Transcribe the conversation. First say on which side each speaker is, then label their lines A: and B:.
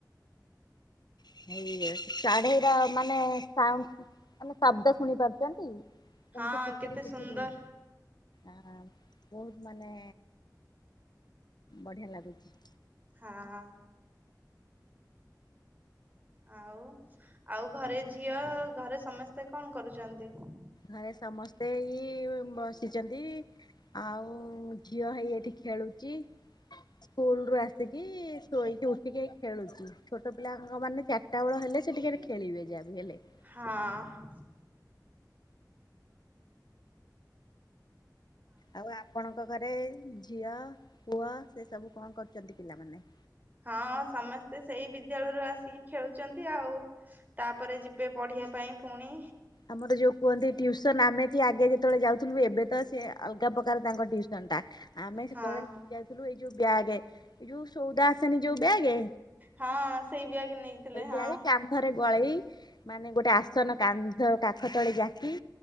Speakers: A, on the left; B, on the right.
A: ହେଇ ଶାଢ଼ୀର ମାନେ ସାଉଣ୍ଡ ଆମେ ଶବ୍ଦ ଶୁଣି ପାରୁଚନ୍ତି କେମିତି
B: ହଁ
A: କିଚିରି
B: କେତେ
A: ମିଚିରି
B: ସୁନ୍ଦର
A: ଆଁ ବୋହୁତ ମାନେ ବଢିଆ ଲାଗୁଚି।
B: ହଁ। ଆଉ ଆଉ ଘରେ ଝିଅ ଘରେ ସମସ୍ତେ କଣ କରୁଚନ୍ତି?
A: ଘରେ ସମସ୍ତେ ଏଇ ବସିଚନ୍ତି। ଆଉ ଝିଅ ହେଇ ଏଠି ଖେଳୁଚି। ସ୍କୁଲରୁ ଆସିକି ଶୋଇକି ଉଠିକି ଏଇ ଖେଳୁଚି। ଛୋଟ ପିଲାଙ୍କ ମାନେ ଚା ରିଟାବେଳ ହେଲେ ସେ ଟିକେ ଖେଳିବେ ଯାହା ବି ହେଲେ।
B: ହଁ।
A: ଆଉ ଆପଣଙ୍କ ଘରେ ଝିଅ ପୁଅ ସେ ସବୁ କଣ କରୁଚନ୍ତି ପିଲାମାନେ?
B: ହଁ ସମସ୍ତେ ସେଇ ବିଦ୍ୟାଳୟରୁ ଆସିକି ଖେଳୁଚନ୍ତି ଆଉ। ତାପରେ ଯିବେ ପଢିବା ପାଇଁ ଫୁଣି।
A: ଆମର ଯୋଉ କୁହନ୍ତି ଟିଉସନ୍ ଆମେ କି ଆଗେ ଯେତେବେଳେ ଯାଉଥିଲୁ ଏବେ ତ ସେ ଅଲଗା ପ୍ରକାର ତାଙ୍କ ଟିଉସନଟା। ଆମେ ସେତେବେଳେ
B: ହଁ
A: ନେଇକି ଯାଇଥିଲୁ ଏଇ ଯୋଉ ବ୍ୟାଗ ଏଇ ଯୋଉ ସୋଉଦା ଆସେନି ଯୋଉ ବ୍ୟାଗ।
B: ହଁ ସେଇ ବ୍ୟାଗ ନେଇଥିଲେ ହଁ।
A: ବ୍ୟାଗ୍ କାନ୍ଧରେ ଗଳେଇ ମାନେ ଗୋଟେ ଆସନ କା ନ୍ଧ କାଖ ତଳେ ଯାକି